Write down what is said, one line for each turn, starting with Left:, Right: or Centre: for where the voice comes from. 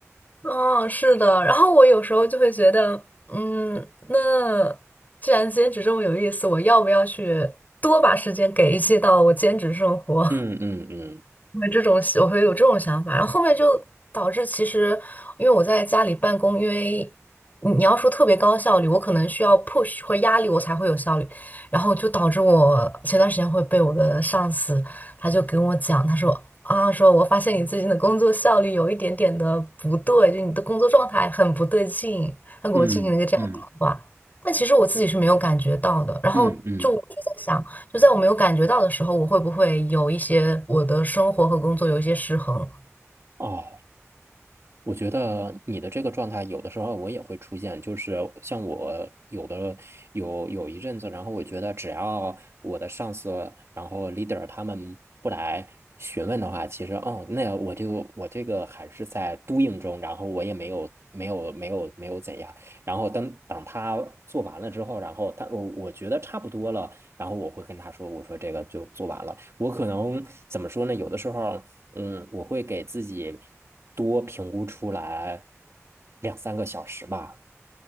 Left: 嗯，是的。然后我有时候就会觉得，嗯，那既然兼职这么有意思，我要不要去多把时间给一些到我兼职生活？
Right: 嗯嗯嗯
Left: 会这种，我会有这种想法，然后后面就导致其实，因为我在家里办公，因为你你要说特别高效率，我可能需要 push 或压力我才会有效率，然后就导致我前段时间会被我的上司，他就跟我讲，他说啊，说我发现你最近的工作效率有一点点的不对，就你的工作状态很不对劲，他给我进行了一个这样的谈话，
Right: 嗯嗯
Left: 但其实我自己是没有感觉到的，然后就我就在想。
Right: 嗯嗯，
Left: 就在我没有感觉到的时候，我会不会有一些我的生活和工作有一些失衡？
Right: 哦。我觉得你的这个状态，有的时候我也会出现，就是像我有的有有一阵子，然后我觉得只要我的上司，然后 leader 他们不来询问的话，其实哦，那我就我这个还是在 doing 中，然后我也没有没有没有没有怎样，然后等等他做完了之后，然后他我我觉得差不多了，然后我会跟他说，我说这个就做完了。我可能怎么说呢？有的时候。嗯，我会给自己多评估出来两三个小时吧。